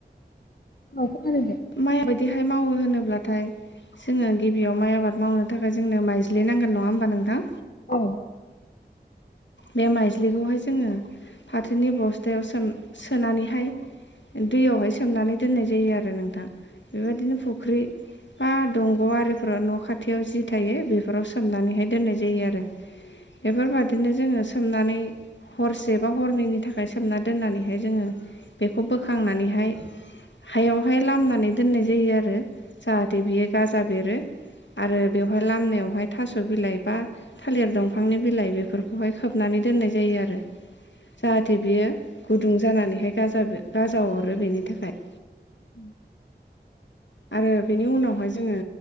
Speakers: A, on the left (about 55°); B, on the left (about 85°).
A: औ खोनादोंदे
B: माइ बायदिहाय मावो होनोब्लाथाय जोङो गिबियाव माइ आबाद मावनो थाखाय जोंनो माइज्लि नांगोन नङा होमबा नोंथां
A: औ
B: बे माइज्लिखौहाय जोङो फाथोनि बस्थायाव सोम सोनानैहाय दैयावहाय सोमनानै दोननाय जायो आरो नोंथां बेबायदिनो फुख्रि बा दंग' आरिफोराव न' खाथियाव जि थायो बेफोराव सोमनानैहाय दोननाय जायो आरो बेफोरबादिनो जोङो सोमनानै हरसे बा हरनैनि थाखाय सोमना दोननानैहाय जोङो बेखौ बोखांनानैहाय हायावहाय लामनानै दोननाय जायो आरो जाहाथे बियो गाजा बेरो आरो बेव हाय लामावहाय थास' बिलाइ बा थालिर दंफांनि बिलाइ बेफोर खौहाय खोबनानै दोननाय जायो आरो जाहाथे बियो गुदुं जानानैहाय गाजाब गाजा हरो बेनि थाखाय
A: उम
B: आरो बेनि उनावहाय जोङो